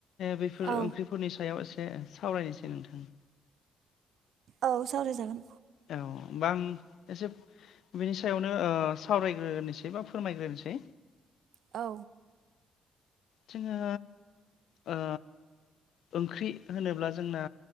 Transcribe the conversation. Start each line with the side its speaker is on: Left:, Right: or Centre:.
Left: बेफोर
Right: औ
Left: ओंख्रिफोरनि सायाव ए से सावरायनोसै नोंथां
Right: औ सावराय जागोन
Left: औ होमबा आं एसे बिनि सायावनो सावरायग्रोनोसै बा फोरमायग्रोनोसै
Right: औ
Left: जोङो ओ ओंख्रि होनोब्ला जोंना